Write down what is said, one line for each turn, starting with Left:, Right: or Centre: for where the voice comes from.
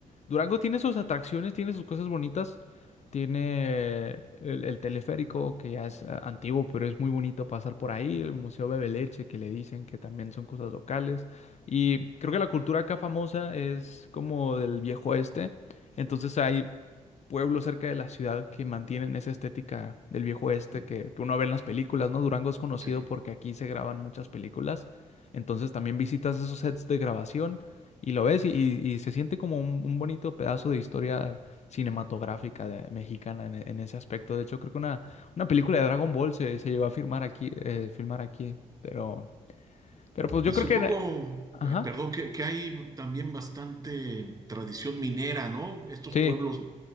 Left: Durango tiene sus atracciones, tiene sus cosas bonitas. Tiene el, el teleférico, que ya es ah, antiguo, pero es muy bonito pasar por ahí. El Museo Bebeleche, que le dicen que también son cosas locales. Y creo que la cultura acá famosa es como del viejo oeste. Entonces hay pueblo cerca de la ciudad que mantienen esa estética del viejo oeste
Right: Sí,
Left: que, que uno ve en las películas, ¿no? Durango es conocido
Right: sí.
Left: porque aquí se graban muchas películas, entonces también visitas esos sets de grabación y lo ves y, y- y se siente como un, un bonito pedazo de historia cinematográfica de- mexicana en, e- en ese aspecto. De hecho, creo que una, una película de Dragon Ball se, se llevó a filmar aquí, eh, filmar aquí, pero, pero pues
Right: Y
Left: yo
Right: supongo,
Left: creo que... era- Ajá.
Right: eh, perdón, que, que hay también bastante tradición minera, ¿no? Estos
Left: Sí.
Right: pueblos,